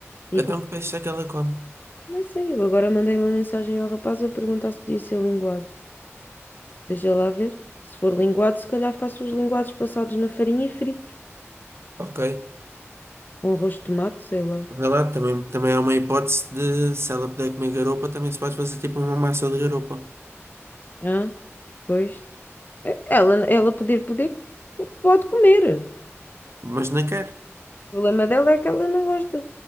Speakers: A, on the left; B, on the right.
A: E
B: Então
A: que
B: que peixe é que ela come?
A: não sei. Eu agora mandei uma mensagem ao rapaz a perguntar se podia ser linguado. Deixa lá ver. Se for linguado, se calhar faço os linguados passados na farinha e fritos.
B: Ok.
A: Com arroz de tomate, sei lá.
B: Vai lá, também, também é uma hipótese de se ela puder comer garopa, também se pode fazer tipo uma massa de garopa.
A: Ah, pois. Ela, ela poder, poder, pode comer.
B: Mas não quero
A: O problema dela é que ela não gosta.